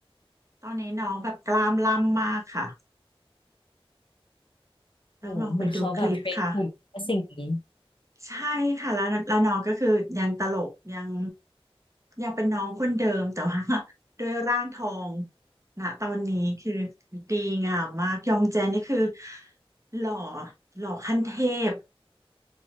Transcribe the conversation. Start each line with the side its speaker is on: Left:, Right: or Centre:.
Right: ตอนนี้น้องแบบกล้ามล่ำมากค่ะ
Left: โอ้โหเหมือนเขาแบบเทรนหุ่นกับสิ่งนี้
Right: ต้องลองไปดูคลิปค่ะ ใช่ค่ะแล้วแล้วน้องก็คือยังตลกยังยังเป็นน้องคนเดิมแต่ว่า <laughs> ด้วยร่างทองนะตอนนี้คือดีงามมากยองแจนนี่คือหล่อหล่อขั้นเทพ